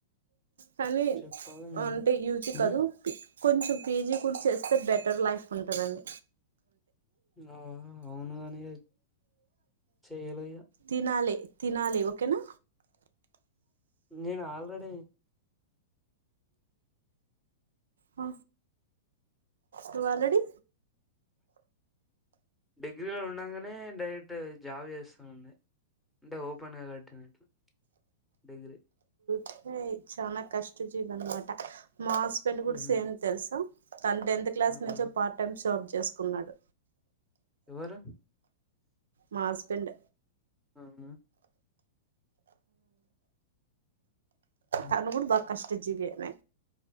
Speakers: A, on the right; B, in the centre.
A: కానీ
B: చెప్పాలి మీరే
A: అంటే యూజి
B: ఉమ్,
A: కాదు కొంచెం పీజీ కూడా చేస్తే బెటర్ లైఫ్ ఉంటదని
B: ఆ అవునుగాని ఇగ చెయ్యలే ఇగ
A: తినాలి తినాలి ఓకేనా
B: నేను ఆల్రెడీ
A: ఆ నువ్ ఆల్రడీ
B: డిగ్రీలో ఉండగానే డైరెక్ట్ జాబ్ చేస్తామండి అంటే ఓపెన్ గా కట్టినిట్లా డిగ్రీ
A: చ చాలా కష్ట జీవ అన్నమాట మా హస్బెండ్ కూడా
B: ఉమ్,
A: సేమ్ తెలుసా తను టెన్త్ క్లాస్
B: అవునా
A: నుంచే పార్ట్ టైమ్ జబ్ చేసుకున్నాడు
B: ఎవరు
A: మా హస్బెండ్
B: అవునా ఉమ్,
A: అవును కుడా కూడా బ కష్ట జీవినే